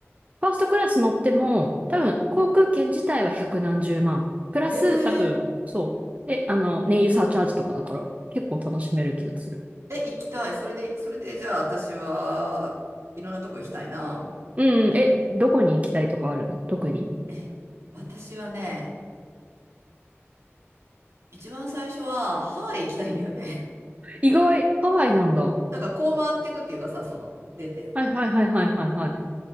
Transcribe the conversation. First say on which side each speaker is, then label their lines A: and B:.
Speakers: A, on the right; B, on the right.
A: ファーストクラス乗っても、多分、航空券自体は百何十万。プラス、
B: い。えー、
A: 多分、そう。で、あの、燃油サーチャージとかだから、結構楽しめる気がする。
B: え、行きたい。それで、それでじゃあ私はいろんなとこ行きたいな。
A: うん、え、どこに行きたいとかあるの特に
B: え、私はね、一番最初はハワイ行きたいんだよね。
A: 意外、ハワイなんだ。
B: <laughs>
A: は
B: だからこう回っていくっていうかさ、その、出て。
A: いはいはいはいはいはい。